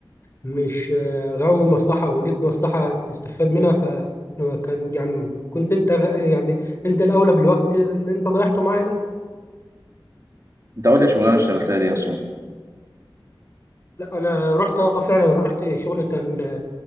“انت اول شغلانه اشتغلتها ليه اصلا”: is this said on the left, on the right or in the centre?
Right